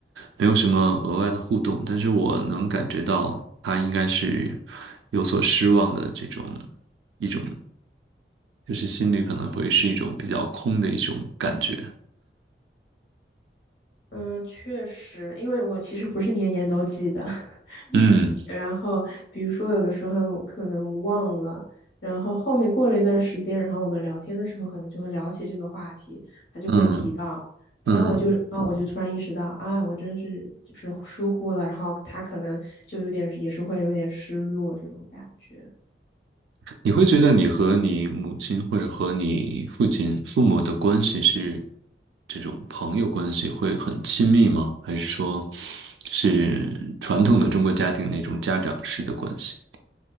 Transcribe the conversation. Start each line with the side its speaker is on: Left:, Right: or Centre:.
Right: 没有什么额外的互动，但是我能感觉到她应该是有所失望的这种一种，就是心里可能会是一种比较空的一种感觉，
Left: 嗯，确实，因为我其实不是年年都记得，<laughs>
Right: 嗯
Left: 然后比如说有的时候可能忘了，然后后面过了一段时间，然后我们聊天的时候可能就会聊起这个话题，他就会提到，
Right: 嗯
Left: 那我就啊，
Right: 嗯。
Left: 我就突然意识到，啊，我真是就是疏忽了，然后他可能就有点也是会有点失落这种感觉。
Right: 你会觉得你和你母亲或者和你父亲、父母的关系是这种朋友关系会很亲密吗？还是说是传统的中国家庭那种家长式的关系？